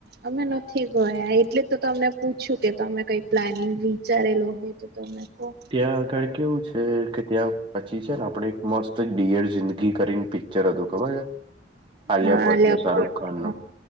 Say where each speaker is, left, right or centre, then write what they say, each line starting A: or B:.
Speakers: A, on the right; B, on the right.
A: અમે નથી ગયા એટલે તો તમને પૂછ્યું કે તમે કઈ પ્લાનિંગ વિચારેલો હોય. તો તમે કહો
B: ત્યાં આગડ કેવું છે કે ત્યાં પછી છે ને આપડે એક મસ્ત ડિયર જિંદગી કરીને પિક્ચર હતું ખબર છે. આલિયાપટને
A: હા લેપડ
B: શહરૂખ ત્યાં
A: હા